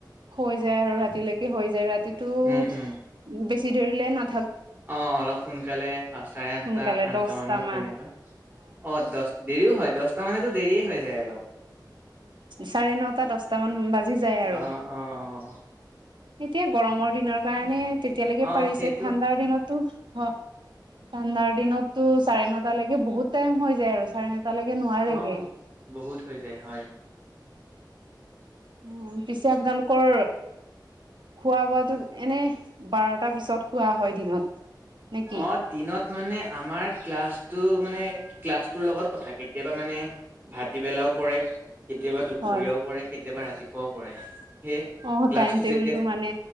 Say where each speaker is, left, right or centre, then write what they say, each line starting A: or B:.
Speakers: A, on the right (about 90°); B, on the right (about 25°).
A: হৈ যায় আৰু ৰাতিলৈকে হৈ যায় ৰাতিটো
B: উম, উম,
A: বেছি দেৰিলে না
B: অ অলপ সোনকালে চাৰে আঠটা
A: সোনকালে
B: আঠটা
A: দহটা
B: মানত
A: মান
B: তেনেকৈ অ দচ দেৰিও হয় দচটা মানেতো দেৰিয়ে হৈ যায় অলপ
A: চাৰে নটা দচটা মান বাজি যায় আৰু
B: অ', অ', অ',
A: এতিয়া গৰমত। দিনৰ কাৰণে তেতিয়ালৈকে
B: অ',
A: পাৰিছে
B: সেইটো
A: ঠাণ্ডাৰ দিনতো হয়। ঠাণ্ডাৰ দিনততো চাৰে নটালৈকে বহুত টাইম হৈ যায় আৰু চাৰে নটালৈকে নোৱাৰেগে।
B: অ'। বহুত হৈ যায় হয়।
A: উ পিছে আপোনালোকৰ? খোৱা বোৱাটো এনে বাৰটাৰ পিছত খোৱা হয় দিনত। নে কি
B: অ। দিনত মানে আমাৰ ক্লাছটো মানে ক্লাছটোৰ লগত কথা কেতিয়াবা মানে ভাতিবেলাও পৰে কেতিয়াবা দুপৰীয়াও
A: হয়
B: পৰে কেতিয়াবা ৰাতিপুৱাও পৰে। সেই
A: অ
B: ক্লাছটো
A: টাইম টেবুলটো
B: যেতিয়া
A: মানে